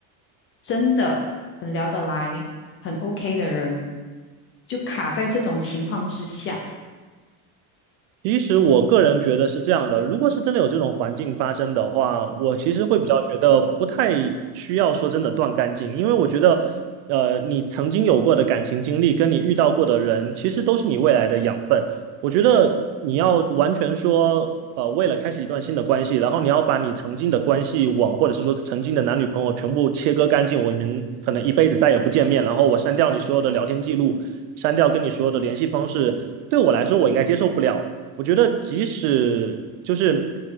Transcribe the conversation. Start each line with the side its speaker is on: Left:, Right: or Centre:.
Left: 真的很聊得来、很 OK 的人，就卡在这种情况之下。
Right: 其实我个人觉得是这样的，如果是真的有这种环境发生的话，我其实会比较觉得不太需要说真的断干净，因为我觉得，呃，你曾经有过的感情经历跟你遇到过的人，其实都是你未来的养分。我觉得你要完全说，呃，为了开始一段新的关系，然后你要把你曾经的关系网，或者是说曾经的男女朋友全部切割干净，我们可能一辈子再也不见面，然后我删掉你所有的聊天记录，删掉跟你所有的联系方式，对我来说我应该接受不了。我觉得即使就是，